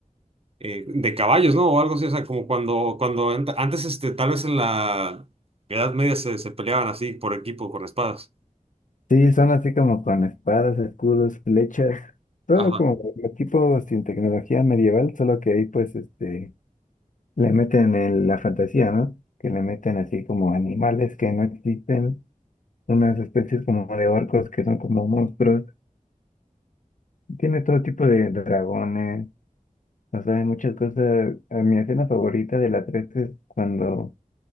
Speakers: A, on the right (about 45°); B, on the left (about 70°).
A: eh, de caballos, ¿no? O algo así, o sea, como cuando, cuando ant- antes, este, tal vez en la Edad Media se, se peleaban así por equipo, con espadas.
B: Sí, son así como con espadas, escudos, flechas, todo
A: Ajá.
B: como el tipo sin tecnología medieval, solo que ahí pues este le meten el- la fantasía, ¿no? Que le meten así como animales que no existen, unas especies como de orcos que son como monstruos, tiene todo tipo de dragones, o sea, hay muchas cosas. A Mi escena favorita de la 3 es cuando